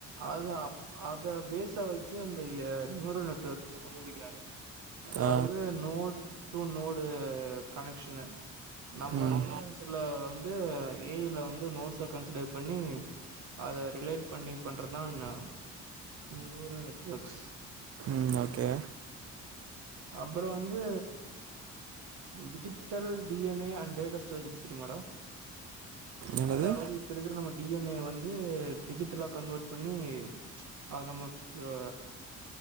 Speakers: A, on the right (about 75°); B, on the right (about 55°).
A: அத அப் அத பேஸா வச்சு அந்த நியூரல் நெட்வொர்க் கண்டுபிடிக்கிறாங்க அதாவது
B: ஆ
A: நோடு டூ நோடு கனெக்ஷன்னு நம்ம
B: ம்
A: நியூரன்ஸ்ல வந்து ஏ ஐ ல வந்து நோடுஸ கன்சிடர் பண்ணி அத ரிலேட் பண்ணி பண்றதுதா என்ன நியூரல் நெட்வொர்க்ஸ்
B: ம் ஓகே
A: அப்றோ வந்து digital D N A and data storage பத்தி தெரியுமாடா
B: என்னது
A: அதாவ்து இப்ப இருக்ற நம்ம டி என் ஏ வந்து டிஜிட்டலா கன்வெர்ட் பண்ணி அது நம்ம ப்யூ